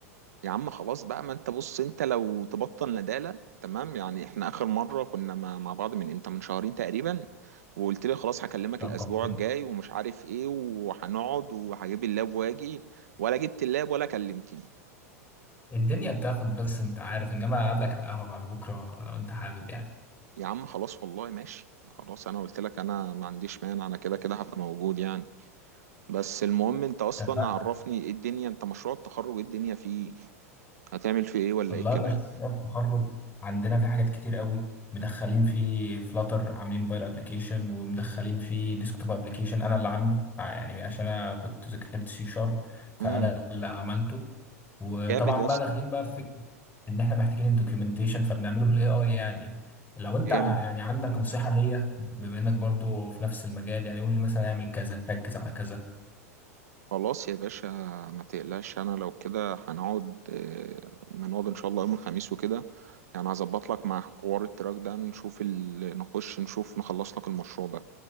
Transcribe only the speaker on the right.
يا عم خلاص بقى ما انت بص انت لو تبطل ندالة تمام يعني احنا اخر مرة كنا مع مع بعض من امتى من شهرين تقريبا وقلت لي خلاص هكلمك
الاسبوع
الجاي ومش عارف ايه وهنقعد وهجيب اللاب واجي ولا جبت اللاب ولا كلمتني
يا عم خلاص والله ماشي خلاص انا قلت لك انا ما عنديش مانع انا كده كده هبقى موجود يعني بس المهم انت اصلا
عرفني ايه الدنيا انت مشروع التخرج ايه الدنيا فيه هتعمل فيه ايه ولا
ايه الكلام
امم
جامد يا
اسطى
جامد
خلاص يا باشا ما تقلقش انا لو كده هنقعد آه، ما نقعد ان شاء الله يوم الخميس وكده يعني هظبط لك مع حوار التراك ده نشوف ال... نخش نشوف نخلص لك المشروع ده